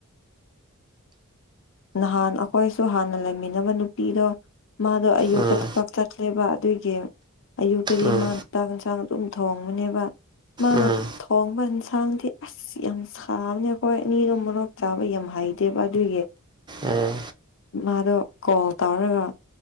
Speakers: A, on the left; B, on the right.
A: ꯅꯍꯥꯟ ꯑꯩꯈꯣꯏꯁꯨ ꯍꯥꯟꯅ ꯂꯩꯃꯤꯟꯅꯕ ꯅꯨꯄꯤꯗꯣ ꯃꯥꯗꯣ ꯑꯌꯨꯛꯇ
B: ꯎꯝ
A: ꯊꯕꯛ ꯆꯠ ꯆꯦꯕ ꯑꯗꯨꯏꯒꯤ ꯑꯌꯨꯛꯛꯇꯗꯤ
B: ꯎꯝ
A: ꯃꯥꯅ ꯆꯥꯛ ꯌꯦꯟꯁꯥꯡ ꯑꯗꯨꯝ ꯊꯣꯡꯕꯅꯦꯕ ꯃꯥꯅ
B: ꯎꯝ
A: ꯊꯣꯡꯕ ꯌꯦꯟꯁꯥꯡꯗꯤ ꯑꯁ ꯌꯥꯝ ꯁꯥꯕꯅꯦ ꯑꯩꯈꯣꯏ ꯑꯅꯤꯔꯣꯝ ꯃꯔꯣꯔꯣꯛ ꯆꯥꯕ ꯌꯥꯝ ꯍꯩꯇꯦꯕ ꯑꯗꯨꯏꯒꯤ
B: ꯎꯝ
A: ꯃꯥꯗꯣ ꯀꯣꯜ ꯇꯧꯔꯒ